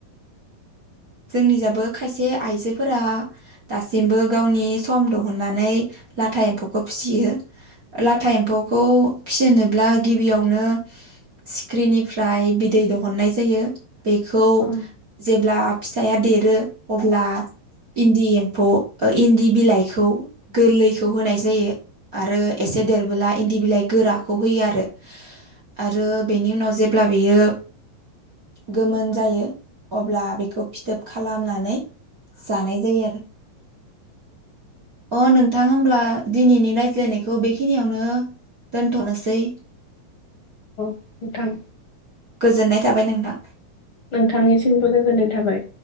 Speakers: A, on the right; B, on the left.
A: जोंनि जाबो खायसे आइजोफोरा दासिमबो गावनि सम दिहुननानै लाथा एम्फौखौ फिसियो लाथा एम्फौखौ फिसिनोब्ला गिबियावनो सिख्रिनिफ्राय बिदै दिहुननाय जायो बेखौ
B: औ
A: जेब्ला फिसाया देरो अब्ला इन्दि एम्फौ इन्दि बिलाइखौ गोरलैखौ होनाय जायो आरो एसे देरबोला इन्दि बिलाइ गोराखौ होयो आरो आरो बेनि उनाव जेब्ला बेयो गोमोन जायो अब्ला बेखौ फिथोब खालामनानै जानाय जायो आरो अ नोंथां होमब्ला दिनैनि रायज्लायनायखौ बेखिनियावनो दोनथ'नोसै
B: गोथां
A: गोजोननाय थाबाय नोंथां
B: नोंथांनिसिमबो गोजोननाय थाबाय